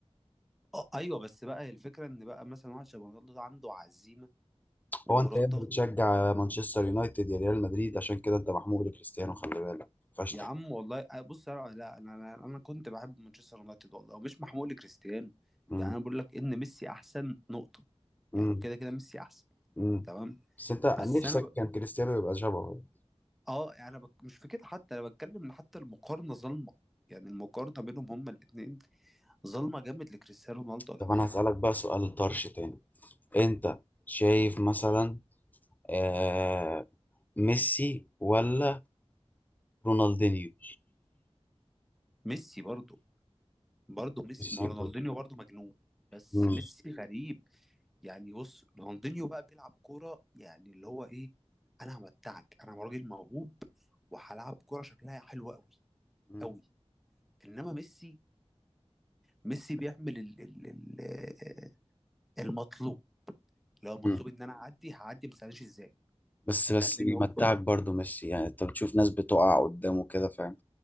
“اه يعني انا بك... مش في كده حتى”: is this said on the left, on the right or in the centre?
Centre